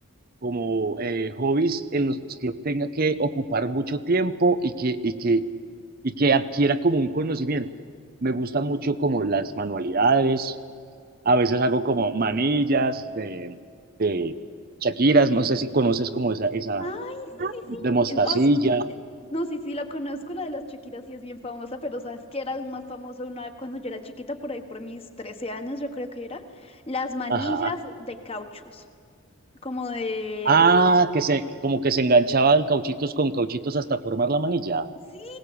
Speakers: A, on the right (about 45°); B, on the left (about 25°).
A: como eh, hobbies en los que tenga que ocupar mucho tiempo y que, y que, y que adquiera como un conocimiento. Me gusta mucho como las manualidades, a veces hago como manillas de, de Shakiras, no sé si conoces como esa, esa
B: Ay, sí, sí,
A: de
B: sí.
A: mostacilla,
B: En- os- eh, No, sí, sí, la conozco, la de las Shakira sí es bien famosa, pero sabes que era aún más famoso una cuando yo era chiquita, por ahí por mis 13 años, yo creo que era, las manillas
A: ajá.
B: de cauchos, como de
A: Ah, que se, como que se enganchaban cauchitos con cauchitos hasta formar la manilla.
B: Sí,